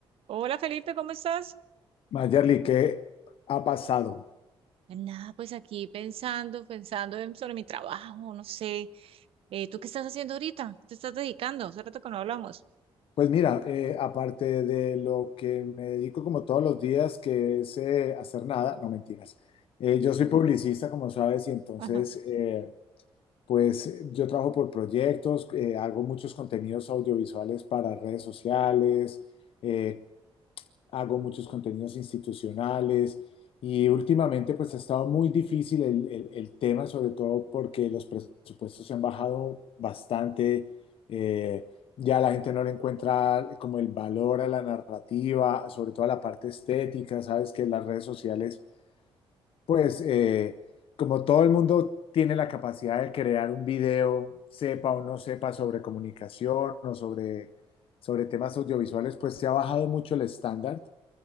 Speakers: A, on the right; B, on the left.
A: Hola Felipe, ¿cómo estás?
B: Mayerly, ¿qué ha pasado?
A: Nada, pues aquí pensando, pensando en- sobre mi trabajo, no sé. Eh, ¿tú qué estás haciendo ahorita? ¿Te estás dedicando? Hace rato que no hablamos.
B: Pues mira, eh, aparte de lo que me dedico como todos los días, que es eh, hacer nada, no mentiras. Eh, yo soy publicista, como sabes, y entonces,
A: Ajá.
B: eh, pues yo trabajo por proyectos, eh, hago muchos contenidos audiovisuales para redes sociales, eh, hago muchos contenidos institucionales y últimamente pues ha estado muy difícil el, el- el tema, sobre todo porque los presupuestos se han bajado bastante, eh, ya la gente no le encuentra como el valor a la narrativa, sobre todo a la parte estética, sabes que las redes sociales pues eh, como todo el mundo tiene la capacidad de crear un video, sepa o no sepa sobre comunicación o sobre, sobre temas audiovisuales, pues se ha bajado mucho el estándar